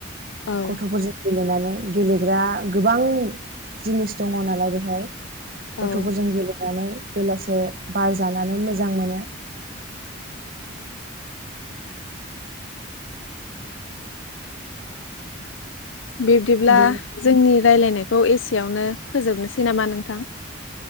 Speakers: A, on the left; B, on the right.
A: औ
B: गथ'फोरजों गेलेनानै। गेलेग्रा गोबां जिनिस दङ नालाय बेहाय गथ'फोरजों
A: औ
B: गेलेनानै बेलासे बार जानानै मोज मोजां मोनो <inaudible>
A: बिब्दिब्ला
B: बेनि
A: जोंनि रायलायनायख खौ एसेयावनो फोजोबनोसै नामा नोंथां?